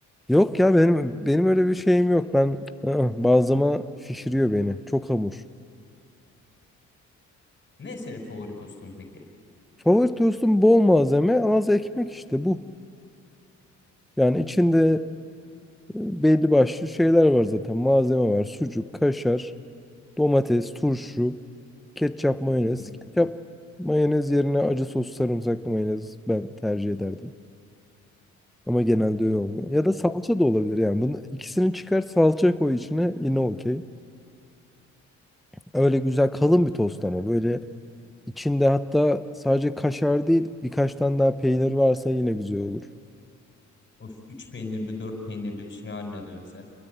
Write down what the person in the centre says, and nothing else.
Yok ya benim benim öyle bir şeyim yok. Ben ı-ı, bazlama şişiriyor beni. Çok hamur.
Favori tostum bol malzeme, az ekmek işte bu. Yani içinde e, belli başlı şeyler var zaten. Malzeme var. Sucuk, kaşar, domates, turşu. Ketçap, mayonez.
Ketçap, mayonez yerine acı sos, sarımsaklı mayonez ben tercih ederdim. Ama genelde öyle olmuyor. Ya da salça da olabilir yani. Bunu ikisini çıkar salça koy içine yine okey. Öyle güzel kalın bir tost ama böyle içinde hatta sadece kaşar değil birkaç tane daha peynir varsa yine güzel olur.